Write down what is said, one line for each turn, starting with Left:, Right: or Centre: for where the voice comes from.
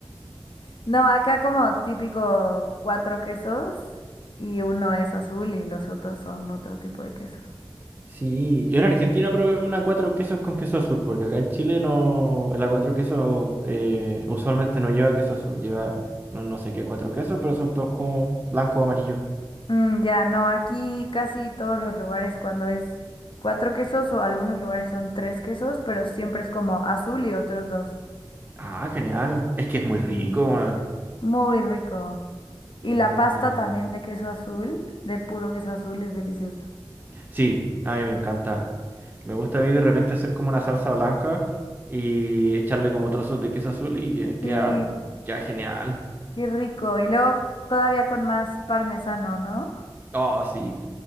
Left: No, acá como típico cuatro quesos y uno es azul y los otros son otro tipo de quesos.
Right: Sí, yo en Argentina probé una cuatro quesos con queso azul, porque acá en Chile no, la cuatro quesos eh, usualmente no lleva queso azul, lleva no, no sé qué cuatro quesos, pero son todos como blanco o amarillo.
Left: Mm, ya, no, aquí casi todos los lugares cuando es cuatro quesos o algunos lugares son tres quesos, pero siempre es como azul y otros dos.
Right: Ah, genial. Es que es muy rico,
Left: Sí,
Right: man.
Left: muy rico. Y
Right: Es
Left: la
Right: Muy
Left: pasta
Right: bueno.
Left: también de queso azul, de puro queso azul, es deliciosa.
Right: Sí, a mí me encanta. Me gusta a mí de repente hacer como una salsa blanca y echarle como trozos de queso azul y que queda,
Left: Sí,
Right: queda genial.
Left: qué rico. Y luego todavía con más parmesano, ¿no?
Right: Oh, sí,